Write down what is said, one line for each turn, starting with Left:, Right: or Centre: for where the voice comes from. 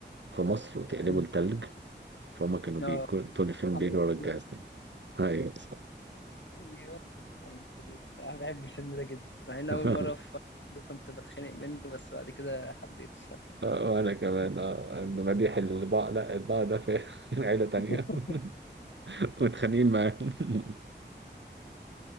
Right: في مصر وتقلبه
Left: أمم.
Right: لتلج فهم كانوا بيكون
Left: آه
Right: طول الفيلم
Left: محمد
Right: بيجروا ورا الجهاز
Left: فلوجة
Right: ده أيوة صح
Left: أيوه محمد فلوجة أنا بحب الفيلم ده جدا مع إن
Right: <laughs>
Left: أول مرة في كنت بتخانق منه بس بعد كده حبيته الصراحة
Right: آه، وأنا كمان آه، إنه مديح البعض لا البعض ده في <laughs> عيلة تانية
Left: <laughs>
Right: <laughs> متخانقين معاه <laughs>